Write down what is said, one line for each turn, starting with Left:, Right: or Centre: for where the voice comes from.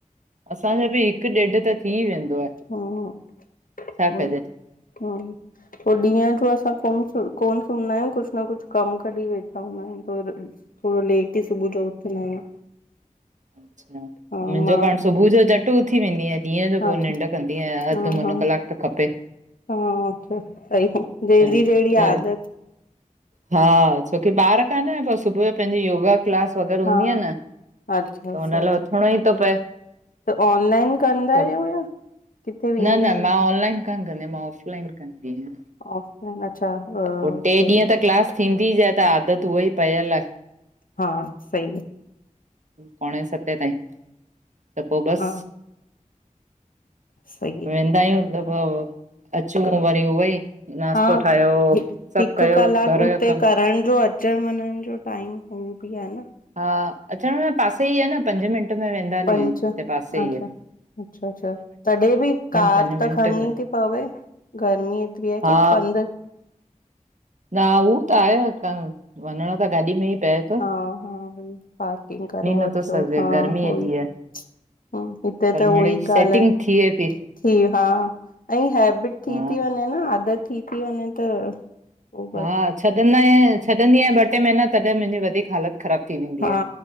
Right: असांजो बि हिकु ॾेढ त थी वेंदो आहे।
Left: हा उहोई
Right: छा कजे
Left: हा। पोइ ॾींहं जो असां कोन कोन सुमंदा आहियूं। कुछ न कुछ कम कढी वेठा हूंदा आहियूं। थोडो लेट ई सुबुह जो उथदा आहियूं।
Right: अच्छा,
Left: हा
Right: मुहिंजो
Left: मां
Right: पाण
Left: त
Right: सुबुह जो झटु सुबुह उथी वेंदी आह, ॾींहं जो
Left: हा
Right: पोइ
Left: अच्छा
Right: निंड कंदी आहियां, अधु
Left: हा
Right: मुनो
Left: हा
Right: कलाक त खपे।
Left: हा, सही, जंहिंजी
Right: अ,
Left: जहिड़ी आदत।
Right: हा, छोकी ॿार कान आन सुबुह जो पहिंजी योगा क्लास वग़ैरह
Left: हा
Right: हूंदी आह न।
Left: अच्छा,
Right: त हुन
Left: सही
Right: लाइ उथिणो
Left: आ।
Right: ई थो पए
Left: त ऑनलाइन कंदा
Right: त
Left: आहियो यां किथे वेंदा
Right: न न
Left: आहियो?
Right: मां ऑनलाइन कान कंदी आ, मां ऑफलाइन कंदी आहियां।
Left: ऑफलाइन अच्छा अ
Right: पोइ
Left: हुते।
Right: टे ॾींहं त क्लास थींदी ज्यादा आदत उहोई पयल आ।
Left: हा सही अ।
Right: पोणे सते ताईं त पोइ बस।
Left: हा अच्छा सही
Right: वेंदा आहियूं त पोइ अचूं वरी उहे ई। नाश्तो
Left: हा,
Right: ठाहियो
Left: हि
Right: सभु
Left: हिक
Right: कयो
Left: कलाक
Right: घर
Left: हुते
Right: जो कमु
Left: करण जो अ च वञण जो टाइम उह बि आह न।
Right: हा अचण जे पासे ई आहे न पंज मिंट में वेंदा हली
Left: पंज
Right: आयूं,
Left: अच्छा
Right: हिते पासे ई आह।
Left: अच्छा, अच्छा तॾहिं बि कार
Right: पंज मिंट
Left: त खणनी
Right: में
Left: थी पवे। गर्मी एतिरी आहे
Right: हा
Left: की पंध
Right: न हू त आहे त वञिणो त गाॾी में ई पए तो
Left: हा, हा भई पार्किंग करो
Right: नथो
Left: अचो
Right: सघे
Left: हा
Right: गर्मी
Left: उहोई।
Right: एॾी आहे
Left: ह हिते
Right: पर
Left: त
Right: मिड़ई
Left: उ ई
Right: सेटिंग
Left: ॻाल्ह आह,
Right: थिए पई
Left: की हा। ऐं हैबिट थी
Right: हा
Left: थी वञे न आदत थी थी वञे त पो बस
Right: हा छॾंदा आह, छॾंदी आहियां ॿ टे् महीना तॾहिं मुहिंजी वधीक हालत ख़राब थी वेंदी
Left: हा
Right: आहे।